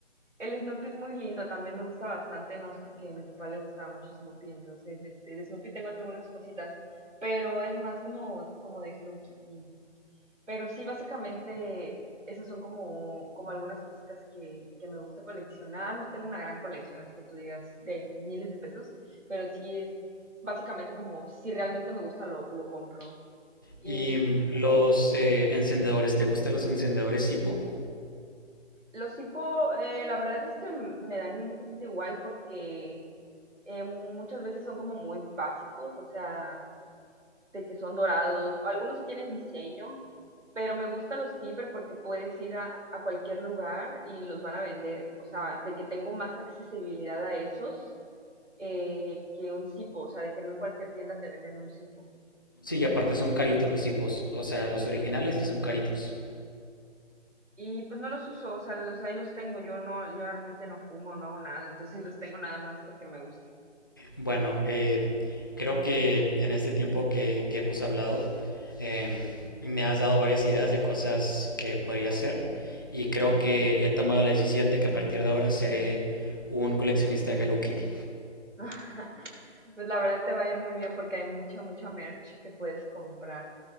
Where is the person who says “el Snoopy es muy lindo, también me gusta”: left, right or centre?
Right